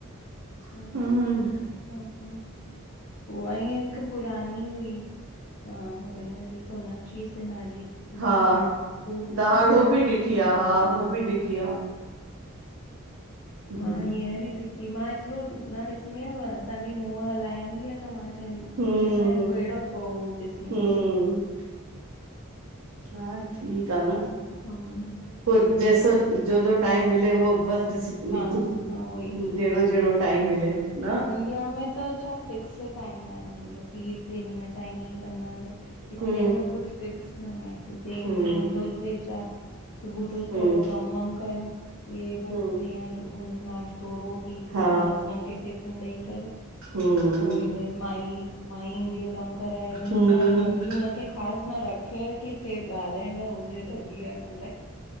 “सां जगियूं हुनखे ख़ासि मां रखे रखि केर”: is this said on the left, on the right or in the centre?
Left